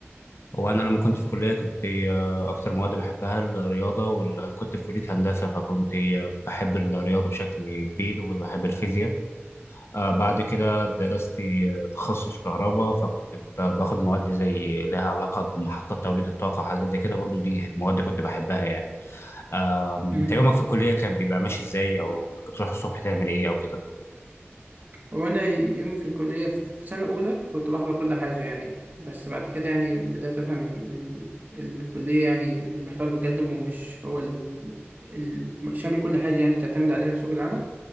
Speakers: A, on the left; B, on the right.
A: هو انا لما كنت في الكلية كنت آه اكتر مواد بحبها الرياضة وال... كنت في كلية هندسة فكنت آه، بحب الرياضة بشكل كبير وبحب الفيزياء آه بعد كده درست آه، تخصص كهرباء فكنت ب- باخد مواد زي لها علاقة بمحطات توليد الطاقة وحاجات زي كده برضو دي مواد كنت بحبها يعني آم،
B: مم.
A: انت يومك في الكلية كان بيبقى ماشي ازاي او بتروح الصبح تعمل ايه او كده
B: وانا يومي في الكليه في سنه اولى كنت بحضر كل حاجه يعني بس بعد كده يعني بدات افهم ان الكليه يعني المحتوى اللي بيتقدم ومش هو ال... ال... شامل كل حاجه يعني تعتمد عليها في سوق العمل